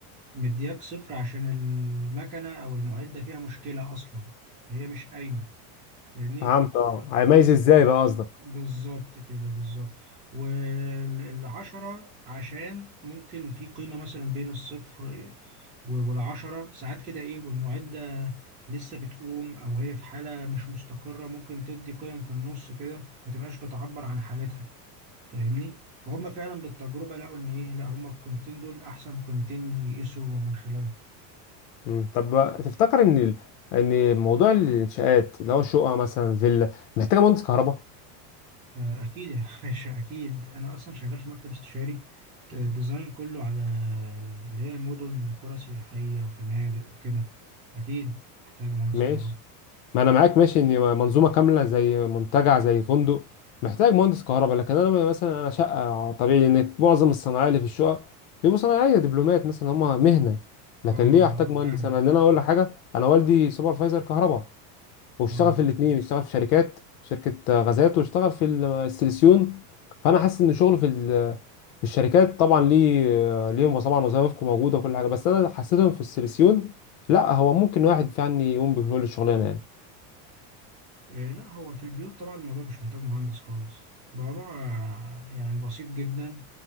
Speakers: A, on the right; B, on the left.
A: مدياك صفر عشان المكنة أو المعدة فيها مشكلة أصلا فهي مش قايمة فاهمني؟
B: فهمت اه
A: ف... ف-
B: هيميز ازاي بقى قصدك
A: بالظبط كده بالظبط والعشرة عشان ممكن في قيمة مثلا بين الصفر و- والعشرة ساعات كده إيه والمعدة لسه بتقوم أو هي في حالة مش مستقرة ممكن تدي قيم في النص كده ما تبقاش بتعبر عن حالتها فاهمني؟ فهم فعلا بالتجربة لقوا إن إيه لا هم القيمتين دول أحسن قيمتين يقيسوا من خلالهم
B: مم. طب تفتكر ان ال- ان موضوع الانشاءات اللي هو شقه مثلا فيلا محتاجه مهندس كهرباء
A: آه، اكيد يا <laughs> باشا اكيد انا اصلا شغال في مكتب استشاري د- ديزاين كله على اللي هي مدن وقرى سياحيه وفنادق وكده اكيد محتاجه مهندس
B: ماشي
A: كهرباء
B: ما انا معاك ماشي ان منظومه كامله زي منتجع زي فندق محتاج مهندس كهرباء لكن انا مثلا انا شقه طبيعي ان معظم الصناعيه اللي في الشقه بيبقوا صناعيه دبلومات مثلا هم مهنه لكن
A: اه اه
B: ليه احتاج مهندس
A: فاهمك
B: انا ان انا اقول لك حاجه انا والدي سوبرفايزر كهرباء واشتغل
A: اه
B: في الاثنين اشتغل في شركات شركة غازات واشتغل في السيليسيون فانا حاسس ان شغله في ال- في الشركات طبعا ليه ليهم طبعا وظائفكم موجودة وكل حاجة بس انا حسيتهم في السيليسيون لا هو ممكن واحد فعلا يقوم بكل الشغلانة يعني
A: إيه لا هو في البيوت طبعا الموضوع مش محتاج مهندس خالص الموضوع آه، يعني بسيط جدا